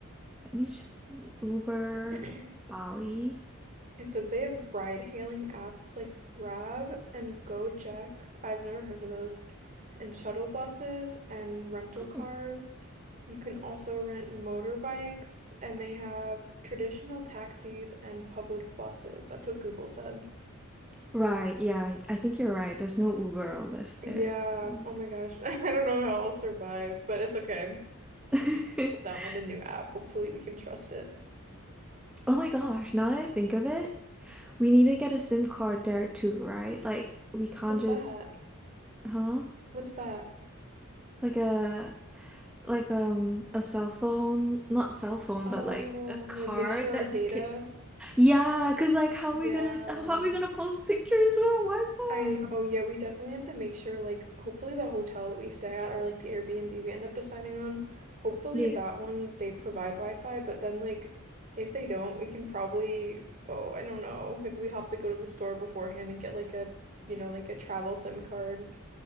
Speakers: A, in the centre; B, on the right.
A: let me just see Uber
B: <clears throat>
A: Bali.
B: It says they have ride-hailing apps like Grab and Gojek. I've never heard of those. And shuttle buses and rental
A: Oh.
B: cars. You can also rent motorbikes, and they have traditional taxis and public buses. That's what Google said.
A: Right, yeah, I think you're right. There's no Uber or Lyft
B: Yeah.
A: there, so.
B: Oh my gosh. <laughs> I don't know how I'll survive, but it's okay.
A: <laughs>
B: I'll download a new app. Hopefully, we can trust it.
A: Oh my gosh, now that I think of it, we need to get a SIM card there too, right? Like we can't
B: What's
A: just,
B: that?
A: huh?
B: What's that?
A: Like a like um a cell phone, not cell phone,
B: Oh,
A: but like a card
B: like make sure our
A: that
B: data.
A: we could Yeah, 'cause like how
B: Yeah.
A: are we gonna how are we gonna post pictures without Wi-Fi?
B: I know, yeah, we definitely have to make sure, like, hopefully the hotel that we stay at or like the Airbnb we end up deciding on, hopefully
A: Yeah.
B: that one they provide Wi-Fi, but then like if they don't, we can probably, oh, I don't know, maybe we have to go to the store beforehand and get like a, you know, like a travel SIM card.